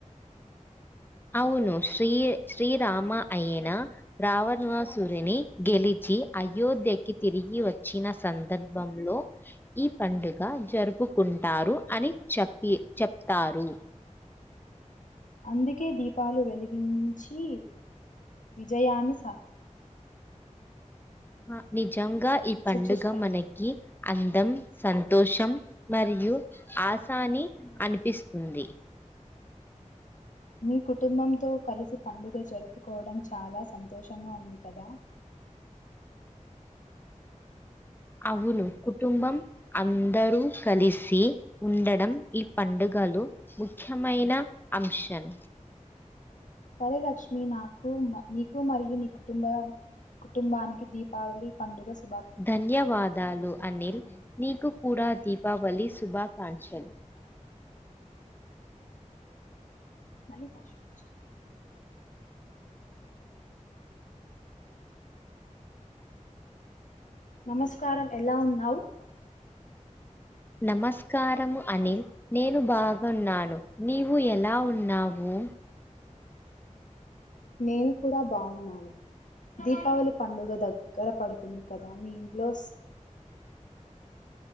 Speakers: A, on the left (about 15°); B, on the left (about 75°).
A: అవును శ్రీ శ్రీరామ అయిన రావనివాసుడిని గెలిచి అయోధ్యకి తిరిగి వచ్చిన సందర్భంలో ఈ పండుగ జరుపుకుంటారు. అని చెప్పి చెప్తారు
B: అందుకే దీపాలు వెలిగించి విజయాన్ని
A: అ నిజం నిజంగా ఈ పండుగ
B: సూచిస్తారు
A: మనకి అందం సంతోషం మరియు ఆశాని అనిపిస్తుంది.
B: మీ కుటుంబంతో కలిసి పండుగ జరుపుకోవడం చాలా సంతోషంగా ఉంది. కదా
A: అవును కుటుంబం అందరూ కలిసి ఉండడం ఈ పండుగలు ముఖ్యమైన అంశం
B: సరే లక్ష్మి నాకు నీకు మరియు నీ కుటుంబ కుటుంబానికి దీపావళి పండుగ శుభ
A: ధన్యవాదాలు అనిల్ నీకు కూడా దీపావళి శుభాకాంక్షలు
B: మళీ భాష ఉచ్చు నమస్కారం ఎలా ఉన్నావు
A: నమస్కారము అనిల్ నేను బాగున్నాను. నీవు ఎలా ఉన్నావు.
B: నేను కూడా బాగున్నాను. దీపావళి పండుగ దగ్గర పడుతుంది కదా మీ ఇంట్లో